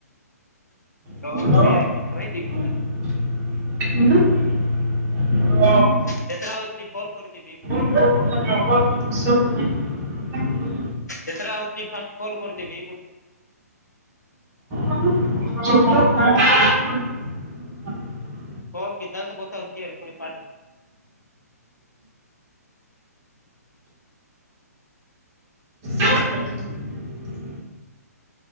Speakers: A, on the left; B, on the right.
A: ରହ
B: ହଲୋ-ହ।
A: ଫ୍ରି ଏଟା କରାଇଥିବି ଯେତେଟା ହଉଛି କଲ କରିଥିବି।
B: <inaudible>
A: ଯେତେଟା ହଉଛି ଫାଷ୍ଟ କଲ କରିଦବି
B: <inaudible>
A: କଣ ସିଧାନ୍ତ ପଚାରୁଛି ୟାର ପୁଣି କାଲିଠୁ
B: <inaudible>